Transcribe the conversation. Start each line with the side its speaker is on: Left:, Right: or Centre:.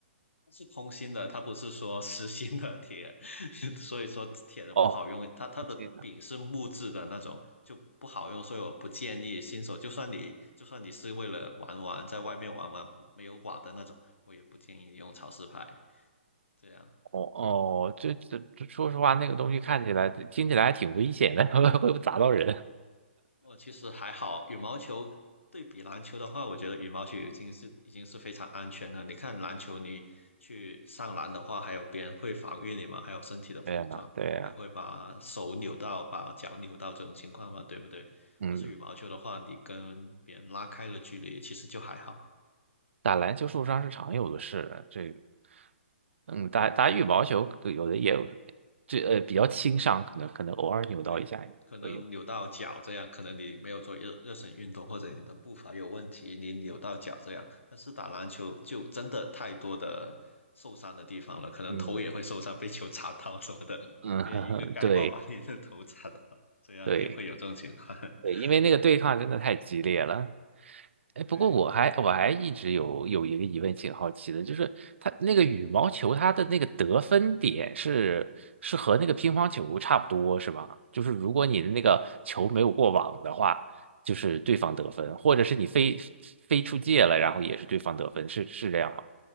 Left: 它是空心的，它不是说实心的铁，<laughs> 所以说铁的不好用，
Right: 哦，
Left: 它它的柄是木质的那种，
Right: 天呐，
Left: 就不好用，所以我不建议新手，就算你就算你是为了玩玩，在外面玩玩没有瓦的那种，我也不建议你用潮湿牌这样。
Right: 哦哦，这这这，说实话，那个东西看起来、听起来还挺危险的，<laughs> 会不会砸到人？
Left: 哦，其实还好，羽毛球对比篮球的话，我觉得羽毛球已经是已经是非常安全了。你看篮球，你去上篮的话，还有别人会防御你嘛，还有身体的碰撞，
Right: 对呀，对呀，
Left: 还会把手扭到、把脚扭到这种情况嘛，对不对？
Right: 嗯，
Left: 但是羽毛球的话，你跟别人拉开了距离，其实就还好。
Right: 打篮球受伤是常有的事，这个，嗯，打打羽毛球有的也有，
Left: 对，
Right: 这呃比较轻伤，可能可能偶尔扭到一下也会有。
Left: 对，可能扭到脚这样，可能你没有做热热身运动，或者你的步伐有问题，你扭到脚这样。但是打篮球就真的太多的受伤的地方了，可能头也会受伤，
Right: 嗯
Left: 被球砸到什么的，<laughs>
Right: 嗯，
Left: 别人一个盖帽把你的头砸到，
Right: <laughs> 对
Left: 这样也会有这种情况。
Right: 对
Left: <laughs>
Right: 对，因为那个对抗真的太激烈了。哎，
Left: 对。
Right: 不过我还我还一直有有一个疑问，挺好奇的，就是它那个羽毛球，它的那个得分点是是和那个乒乓球差不多是吧？就是如果你的那个球没有过网的话，就是对方得分，或者是你飞飞出界了，然后也是对方得分，是是这样吗？